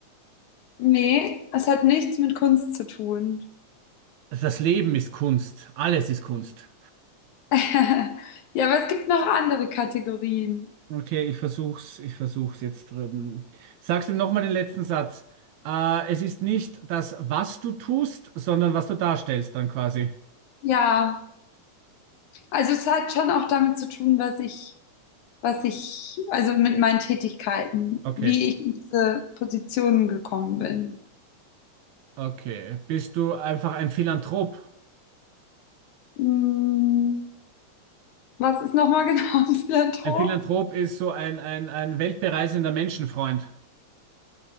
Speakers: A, on the left (about 80°); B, on the right (about 75°).
A: Nee, es hat nichts mit Kunst zu tun.
B: Das Leben ist Kunst. Alles ist Kunst.
A: <laughs> Ja, aber es gibt noch andere Kategorien.
B: Okay, ich versuch's, ich versuch's jetzt. drüben. sagst du mir nochmal den letzten Satz? Äh, es ist nicht das, was du tust, sondern was du darstellst dann quasi.
A: Ja, also es hat schon auch damit zu tun, was ich, was ich, also mit meinen Tätigkeiten,
B: Okay,
A: wie ich in diese Positionen gekommen bin.
B: okay. Bist du einfach ein Philanthrop?
A: Hm, Was ist nochmal <laughs> genau ein Philanthrop?
B: Ein Philanthrop ist so ein, ein, ein weltbereisender Menschenfreund.